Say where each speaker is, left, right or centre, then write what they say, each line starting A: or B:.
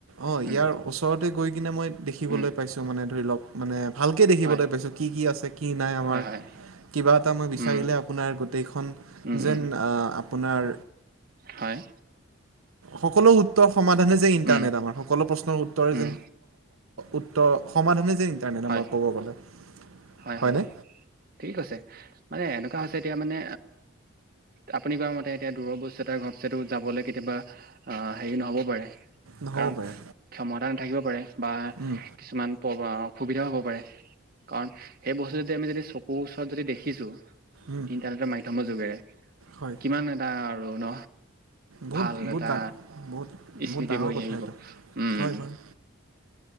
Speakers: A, on the right (about 80°); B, on the right (about 45°).
A: অ'
B: উম
A: ইয়াৰ ওচৰত তে গৈ কিনে মই দেখিবলৈ
B: উম
A: পাইছো মানে ধৰি লওক মানে ভালকৈ দেখিবলৈ
B: হয়
A: পাইছোঁ কি কি আছে, কি নাই আমাৰ
B: হয় হয়
A: কিবা এটা মই বিচাৰিলে
B: উম
A: আপোনাৰ গোটেইখন
B: উম
A: যেন
B: উম
A: আপোনাৰ
B: হয়
A: সকলো উুত্ত সমাধানে যে ইাৰনেটম
B: উম
A: সকলো প্ৰশ্ উতৰ
B: উম
A: যে উত সমাধানে যে, ইাৰনেট
B: হয়
A: আম কব গলে,
B: হয়
A: হয়নে?
B: হয় ঠিক আছে মানে এনেকুৱা হৈছে এতিয়া মানে, আপুনি কোৱা মতে এতিয়া দূৰ বস্তু এটা ঘপচো যাবলৈ কেতিয়াবা হেৰি নহ'ব পাৰে।
A: নহ'ব
B: কাৰণ,
A: পাৰে
B: ক্ষমতা নাথাকিব পাৰে। বা,
A: উম
B: কিছুমান অসুবিধাও হ'ব পাৰে, কাৰণ সেই বস্তু যদি আমি যদি চকুৰ ওচৰত যদি দেখিছো।
A: উম
B: কি তনে মাই থ ম <unintelligible>
A: হয়
B: কিমান এটা আৰু ন।
A: বহুত
B: ভাল
A: বহুত
B: এটা
A: দা বহুত
B: স্মৃতি
A: বহুত ডাঙৰ
B: কৰি আহ
A: কথা
B: আহিব,
A: এইটো
B: উম।
A: হয় হয়